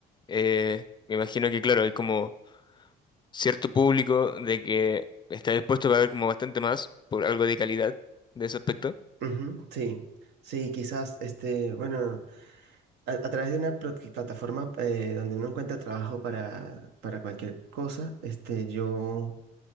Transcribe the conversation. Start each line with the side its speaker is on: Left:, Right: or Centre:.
Left: eh, me imagino que, claro, hay como cierto público de que está dispuesto a pagar como bastante más por algo de calidad de ese aspecto.
Right: Ujú, sí, sí, quizás, este, bueno, a, a través de una plat- plataforma eh, donde uno encuentra trabajo para, para cualquier cosa, este, yo